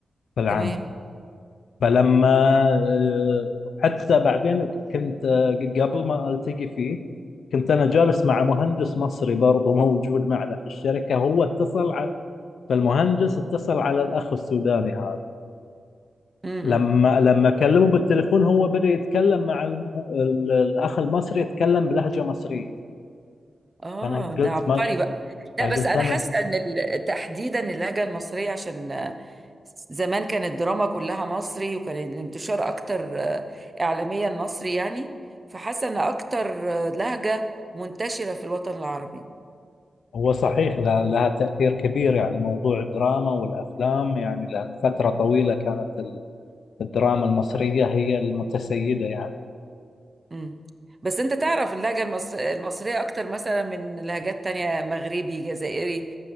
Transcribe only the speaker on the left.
في العام
فلما آه، حتى بعدين كنت آه، قبل ما ألتقي فيه كنت انا جالس مع مهندس مصري برضه موجود معنا في الشركه هو اتصل فالمهندس اتصل على الأخ السوداني هذا
لما لما كلمه بالتليفون هو بدأ يتكلم مع الم... ال- الأخ المصري يتكلم بلهجة مصرية
فأنا
قلت
ما
فقلت
أنا
هو صحيح لها لها تأثير كبير يعني موضوع الدراما والأفلام يعني لأن فترة طويلة كانت ال- الدراما المصرية هي المتسيدة يعني